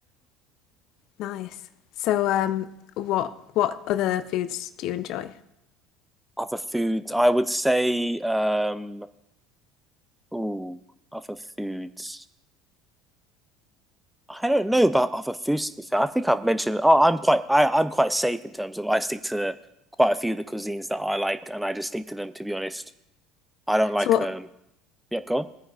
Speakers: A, on the left (about 55°); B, in the centre.
A: Nice. So um, what what other foods do you enjoy?
B: Other foods, I would say, um, ooh, other foods. I don't know about other foods. to be fair. I think I've mentioned. Oh, I'm quite. I, I'm quite safe in terms of. I stick to quite a few of the cuisines that I like, and I just stick to them. To be honest, I don't like
A: So what?
B: um yep, go on.